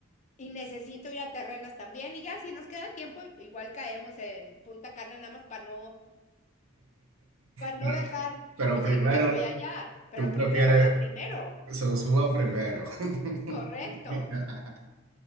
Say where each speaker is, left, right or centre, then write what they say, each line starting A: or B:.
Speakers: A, on the left; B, on the right.
A: y necesito ir a terrenas también y ya si nos queda tiempo igual caemos en Punta Cana nada más para no para
B: Pero,
A: no dejar,
B: pero
A: pues
B: primero,
A: yo digo, ya estoy allá, pero
B: tú prefieres
A: primero lo primero.
B: Sosúa primero. <laughs>
A: Correcto,